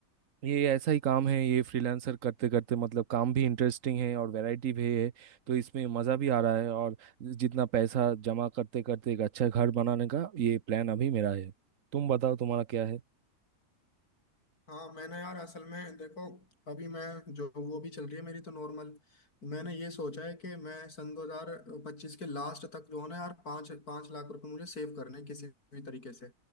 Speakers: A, on the right; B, on the left.
A: ये ऐसा ही काम है ये फ्रीलांसर करते करते मतलब काम भी इंटरेस्टिंग है और वैरायटी भी है तो इसमें मज़ा भी आ रहा है और जितना पैसा जमा करते करते एक अच्छा घर बनाने का ये प्लान अभी मेरा है तुम बताओ तुम्हारा क्या है
B: हाँ मैंने यार असल में देखो अभी मैं जो वो भी चल रही है मेरी तो नॉर्मल मैंने ये सोचा है कि मैं सन 2025 के लास्ट तक जो है ना यार पाँच पाँच लाख रुपए मुझे सेव करने हैं किसी भी तरीके से